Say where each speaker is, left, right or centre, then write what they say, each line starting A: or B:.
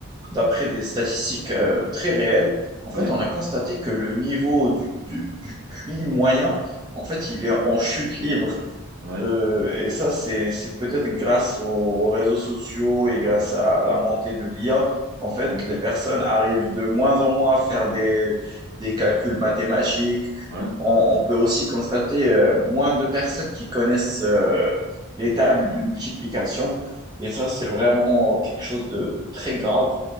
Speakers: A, on the right (about 20°); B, on the right (about 45°).
A: d'après des statistiques euh, très réelles, en fait,
B: Ouais,
A: on a constaté que le niveau du, du, du QI moyen, en fait, il est en chute libre.
B: ouais,
A: Euh, et ça, c'est, c'est peut-être grâce aux, aux réseaux sociaux et grâce à la montée de l'IA. En fait,
B: ouais,
A: les personnes arrivent de moins en moins à faire des, des calculs mathématiques.
B: ouais,
A: On, on peut aussi constater euh, moins de personnes qui connaissent euh, les tables de multiplication. Et ça, c'est vraiment quelque chose de, de très grave.